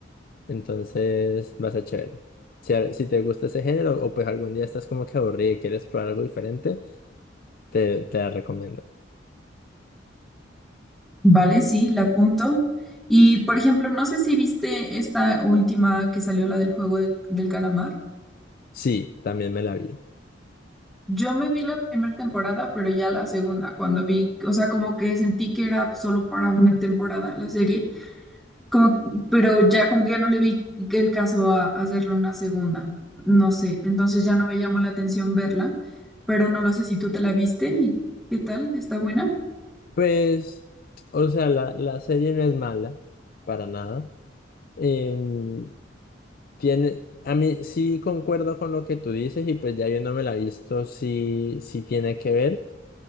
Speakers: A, on the left (about 50°); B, in the centre.
A: entonces va a ser chévere. Si, a- si te gusta ese género, o pues algún día estás como que aburrido y quieres probar algo diferente, te, te la recomiendo.
B: Vale, sí, la apunto. Y por ejemplo, no sé si viste esta última que salió, la del juego de- del calamar.
A: Sí, también me la vi.
B: Yo me vi la primera temporada, pero ya la segunda, cuando vi, o sea, como que sentí que era solo para una temporada la serie, como, pero ya como que ya no le vi el caso a, a hacerle una segunda, no sé, entonces ya no me llamó la atención verla, pero no lo sé si tú te la viste y qué tal, ¿está buena?
A: Pues, o sea, la, la serie no es mala, para nada. em, tiene, a mí sí concuerdo con lo que tú dices y pues ya yo no me la he visto, sí, sí tiene que ver.